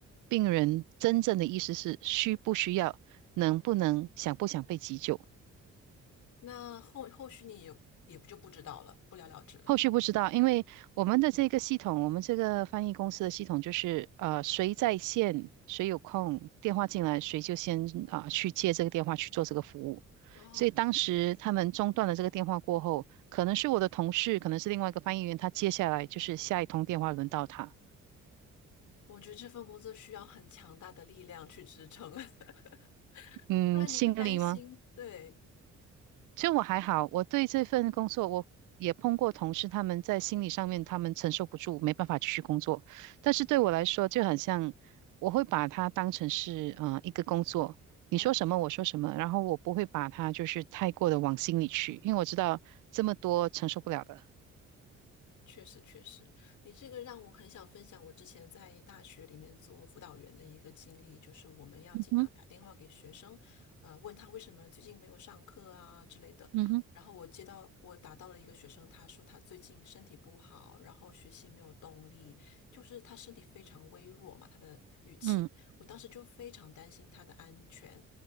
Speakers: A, on the right (about 80°); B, on the left (about 75°).
A: 病人真正的意思是需不需要，能不能想不想被急救。
B: 那后后续你也也不就不知道了，不了了之了。
A: 后续不知道，因为我们的这个系统，我们这个翻译公司的系统就是，呃，谁在线，谁有空，电话进来，谁就先啊、去接这个电话去做这个服务。
B: 哦，
A: 所以当时他们中断了这个电话过后，可能是我的同事，可能是另外一个翻译员，他接下来就是下一通电话轮到他。
B: 我觉得这份工作需要很强大的力量去支撑，<laughs>
A: 嗯，
B: 不然你会担心。
A: 心理吗？
B: 对，
A: 其实我还好，我对这份工作，我也碰过同事，他们在心理上面他们承受不住，没办法继续工作。但是对我来说，就很像，我会把它当成是呃一个工作，你说什么我说什么，
B: 嗯。
A: 然后我不会把它就是太过的往心里去，因为我知道这么多承受不了的。
B: 确实，确实，你这个让我很想分享我之前在大学里面做辅导员的一个经历，就是我们要经常打电话给学生，
A: 嗯哼，
B: 呃，问他为什么最近没有上课啊之类的。
A: 嗯哼，
B: 然后我接到我打到了一个学生，他说他最近身体不好，然后学习没有动力，就是他身体非常微弱嘛，他的语气，
A: 嗯
B: 我当时就非常担心他的安全，